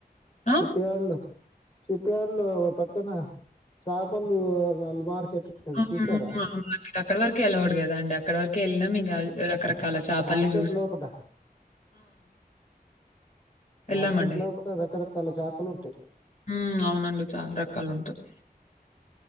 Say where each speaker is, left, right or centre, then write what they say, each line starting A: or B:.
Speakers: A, on the left (about 50°); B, on the left (about 30°).
A: ఆ!
B: షిప్ యార్డ్ లొ. షిప్ యార్డ్ లో పక్కన చాపలు వాళ్ళ మార్కెట్. ఉంటది
A: అవును
B: చూసారా
A: అవును అవును అక్కడ వరకే ఆలోయడ్ కదా అండి అక్కడ వరకే వెళ్ళాం ఇంక రకరకాల. కాల చేపల్ని
B: మార్కెట్
A: చూసి
B: లోపట
A: వెళ్ళామండి.
B: మార్కెట్ లో కూడా రకరకాల చాపలు ఉంటాయి.
A: మ్ అవునండి చాల రకాలు ఉంటది.